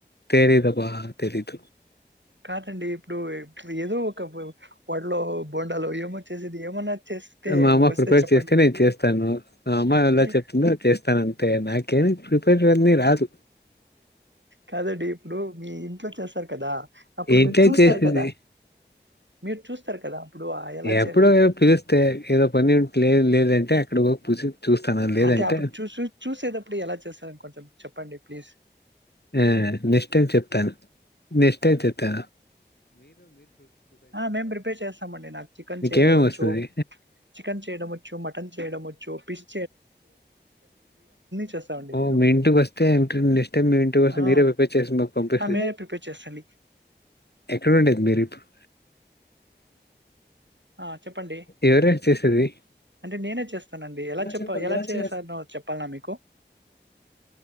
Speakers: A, on the left (about 65°); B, on the right (about 80°).
A: తెలిదబ్బా తెలీదు
B: కాదండి ఇప్పుడు ఏదో ఒక వడలో బోండాలో ఏమో చేసేది ఏమన్నా చేస్తే
A: మా అమ్మ
B: వస్తే
A: ప్రిపేర్
B: చెప్పండి?
A: చేస్తే నేను చేస్తాను మా అమ్మ
B: అంటే
A: ఎలా చెప్తుందో అది చేస్తాను అంతే నాకేమి ప్రిపేర్ అవనీ రాదు
B: కాదండి ఇప్పుడు మీ ఇంట్లో చేస్తారు కదా అప్పుడు
A: ఏంటే
B: మీరు చూస్తారు
A: చేసింది
B: కదా మీరు చూస్తారు కదా అప్పుడు ఆ ఎలా
A: ఎప్పుడో
B: చేయాలో
A: గాని పిలిస్తే ఏదో పని ఉంటే లేదు లేదంటే అక్కడకి పోయి చూస్తాను లేదంటే
B: అంటే అప్పుడు చూసి చూసేటప్పుడు ఎలా చూస్తారండి కొంచెం చెప్పండి ప్లీజ్
A: ఆ నెక్స్ట్ అని చెప్పాను నెక్స్ట్ అని చెప్పా
B: ఆ మేము ప్రిపేర్ చేస్తామండి నాకు చికెన్
A: మీకేమేమి
B: చేయడం వచ్చు
A: వస్తుంది
B: చికెన్ చేయడం వచ్చు మటన్ చేయడం వచ్చు పిస్ చేస్తామండి
A: ఓ
B: నేను
A: మీ ఇంటికి వొస్తే నెక్స్ట్ టైమ్ మీ ఇంటికి వొస్తే
B: ఆ
A: మీరే ప్రిపేర్ చేయాలి చేసి మీకు పంపిస్తా
B: ఆ మీరే ప్రిపేర్ చేస్తండి
A: ఎక్కడ ఉండేది మీరు ఇప్పుడు
B: ఆ చెప్పండి
A: ఎవరది చేసేది
B: అంటే నేనే చేస్తానండి ఎలా చెప్ప
A: చెప్పండి
B: ఎలా చేసానో చెప్పాలనా మీకు